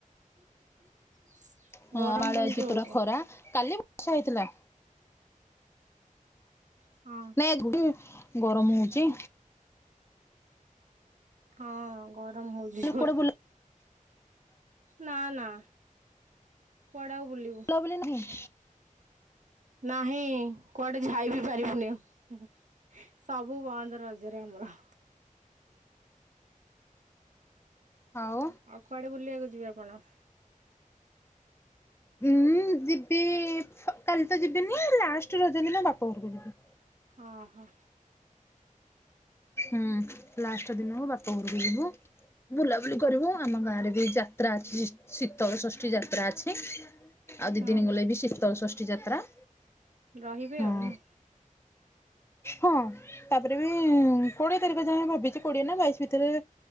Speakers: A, on the right; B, on the left.
A: <unintelligible>
B: ହଁ ଆମ ଆଡେ
A: କେମିତି
B: ଆଜି ପୁରା
A: ହଉଛି?
B: ଖରା କାଲି ବର୍ଷା ହେଇଥିଲା।
A: ହଁ
B: ନାଇଁ ଏଗୁଠୁ ଗରମ ହଉଚ।
A: ହଁ ଗରମ ହଉଛି ଜୋରେ
B: କୁଆଡ଼େ
A: ନା ନା କୁଆଡେ ଆଉ ବୁଲିବୁ।
B: ବୁଲା ବୁଲି ନାହିଁ?
A: ନାହିଁ କୁଆଡେ ଝାଇ ବିି ପାରିବୁନି ଆଉ। ହୁଁ ହୁଁ ସବୁ ବନ୍ଦ ରଜରେ ଆମର।
B: ଆଉ
A: କୁଆଡେ ବୁଲିବାକୁ ଯିବେ ଆପଣ?
B: ହୁଁ ଯିବି ଅ କାଲି ତ ଯିବିନି ଲାଷ୍ଟ ରଜ ଦିନ ବାପା ଘରକୁ ଯିବି।
A: ଅଁ ହଁ
B: ହୁଁ ଲାଷ୍ଟ ଦିନକୁ ବାପା ଘରକୁ ଯିବୁ। ବୁଲାବୁଲି କରିବୁ ଆମ ଗାଁ ରେ ବି ଯାତ୍ରା ଅଛି ସିସ ଶୀତଳ ଷଷ୍ଠୀ ଯାତ୍ରା ଅଛି। ଆଉ
A: ହୁଁ
B: ଦି ଦିନି
A: ହୁଁ
B: ଗଲେ ବି ଶୀତଳ ଷଷ୍ଠୀ ଯାତ୍ରା।
A: ରହିବେ
B: ହଁ।
A: ଆଉ ନୁହଁ?
B: ହଁ ତାପରେ ବି କୋଡିଏ ତାରିଖ ଯାଏଁ ଭାବିଛି କୋଡିଏ ନା ବାଇଶି ଭିତରେ